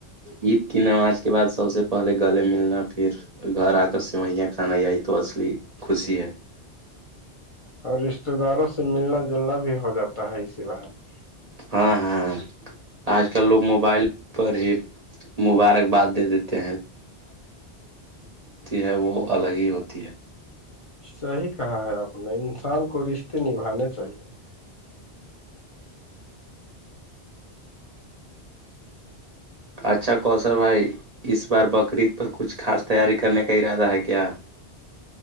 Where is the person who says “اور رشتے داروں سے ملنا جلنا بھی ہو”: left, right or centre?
Left